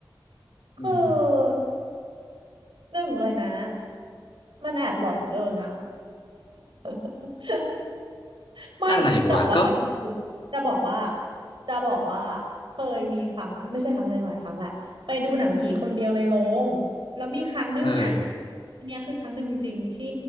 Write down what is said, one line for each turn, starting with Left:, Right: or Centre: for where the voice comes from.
Right: คือ
Left: อืม
Right: หนึ่งเลยนะมันแอบหลอนเกินอ่ะ <laughs> ไม่
Left: อะไรวะก็
Right: แต่ว่าประเด็นคือจะบอกว่า จะบอกว่าเคยมีครั้งไม่ใช่ครั้งหนึ่งหลายครั้งแหละไปดูหนังผีคนเดียวในโรงแล้วมีครั้งหนึ่งอ่ะ
Left: เออ
Right: อันเนี้ยคือครั้งหนึ่งจริงๆที่